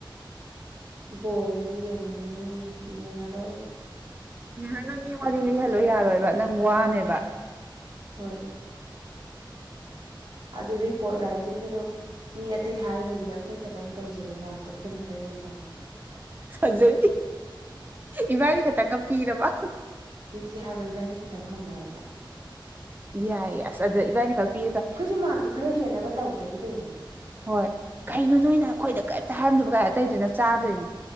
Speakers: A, on the right; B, on the right.
A: ꯕꯣꯜꯖꯤ ꯌꯦꯡꯅꯤꯡꯉꯤ ꯌꯦꯡꯉꯔꯣꯏ
B: ꯏꯍꯥꯟꯅꯪ ꯃꯤ ꯋꯥꯔꯤ ꯂꯤꯍꯜꯂꯣ ꯌꯥꯔꯣꯏꯕ ꯅꯪ ꯋꯥꯅꯦꯕ
A: ꯍꯣꯏ ꯑꯗꯨ ꯔꯤꯄꯣꯔꯠ ꯔꯥꯏꯇꯤꯡꯒꯗꯣ ꯃꯤ ꯑꯇꯩ ꯍꯥꯏꯗꯕꯤꯗ ꯑꯩꯈꯣꯏ ꯈꯇꯪ ꯇꯧꯖꯤꯔꯣ ꯃꯥꯔꯛꯇꯣ ꯑꯩꯈꯣꯏꯅ ꯈꯔ ꯍꯦꯟ
B: ꯐꯖꯩ ꯏꯕꯥꯅꯤ ꯈꯇꯪꯒ ꯄꯤꯔꯕ
A: ꯄꯤꯖꯦ ꯍꯥꯏꯕ꯭ꯔ ꯏꯕꯥꯅꯤ ꯈꯇꯪ ꯍꯧꯅꯔꯒ
B: ꯌꯥꯏꯌꯦ ꯑꯁ ꯑꯗ ꯏꯕꯥꯅꯤꯈꯛ ꯄꯤꯗ
A: ꯑꯩꯈꯣꯏꯖꯨ ꯃꯥꯔꯛꯇꯣ ꯈꯔ ꯍꯦꯟꯅꯕ ꯇꯧꯗ꯭ꯔꯗꯤ ꯀꯩꯅꯣ
B: ꯍꯣꯏ ꯀꯩꯅꯣ ꯅꯣꯏꯅ ꯑꯩꯈꯣꯏꯗ ꯀꯩꯝꯇ ꯍꯥꯏꯔꯝꯗꯕ ꯒꯥꯏ ꯑꯇꯩꯗꯨꯅ ꯆꯥꯗꯣꯏꯅꯤ